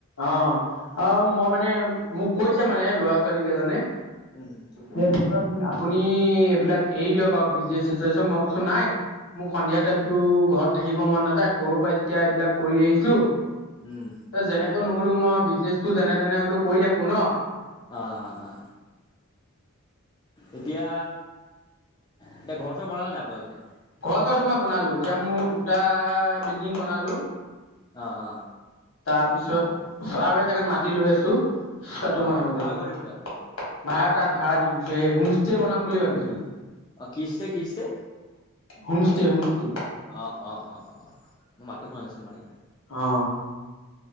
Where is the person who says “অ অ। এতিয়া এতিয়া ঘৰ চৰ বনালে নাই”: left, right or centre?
Left